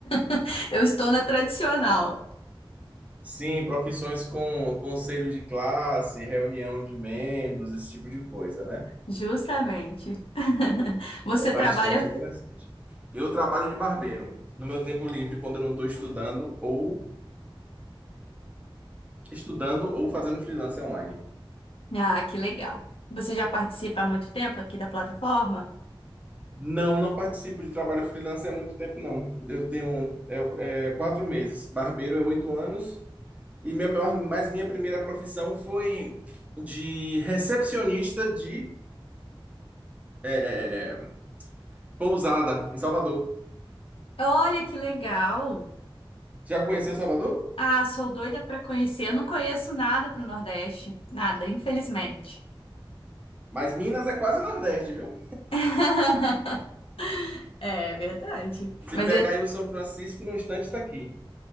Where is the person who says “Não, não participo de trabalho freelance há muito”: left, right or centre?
Right